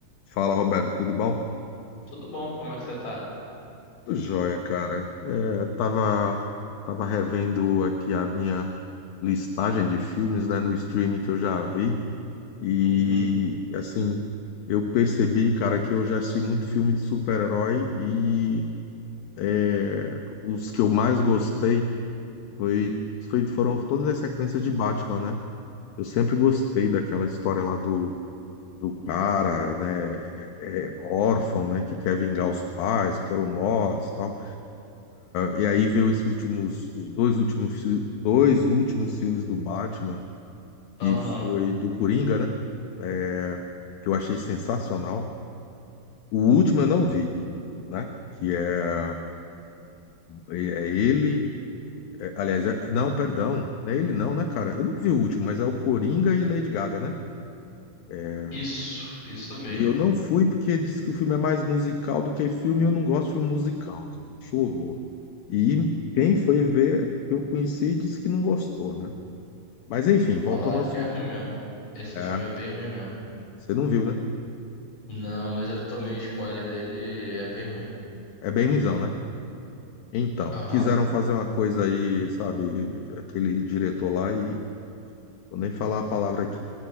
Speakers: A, on the left (about 70°); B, on the left (about 55°).
A: Fala, Roberto, tudo bom?
B: Tudo bom, como é que você tá?
A: Tudo jóia, cara. É, tava, tava revendo aqui a minha listagem de filmes, né, no streaming que eu já vi e,
B: Uhum.
A: assim, eu percebi, cara, que eu já assisti muito filme de super-herói e é, os que eu mais gostei foi, foi- foram todas as sequências de Batman, né? Eu sempre gostei daquela história lá do, do cara, né, é, órfão, né, que quer vingar os pais que foram mortos e tal. E aí veio esses últimos, os dois últimos, fi- dois últimos filmes do Batman, que
B: Aham.
A: foi do Coringa, né? É, Que eu achei sensacional. O último eu não vi, né? Que é, é é ele. é- aliás, é- não, perdão. Não é ele não, né, cara? Eu não vi o último, mas é o Coringa e Lady Gaga, né? É,
B: Isso, isso mesmo.
A: E eu não fui porque diz que o filme é mais musical do que filme, e eu não gosto de filme musical, cara. Acho um horror. E quem foi ver, eu conheci, disse que não gostou, né? Mas enfim, voltando
B: Falaram
A: aos
B: que
A: filmes
B: é ruim
A: de.
B: mesmo. Esse
A: é.
B: filme é bem ruim mesmo.
A: Você não viu, né?
B: Não, mas eu tomei spoiler dele, e é bem ruim.
A: É bem ruimzão, né? Então,
B: Aham,
A: quiseram fazer uma coisa aí, sabe, aquele diretor lá e vou nem falar a palavra aqui,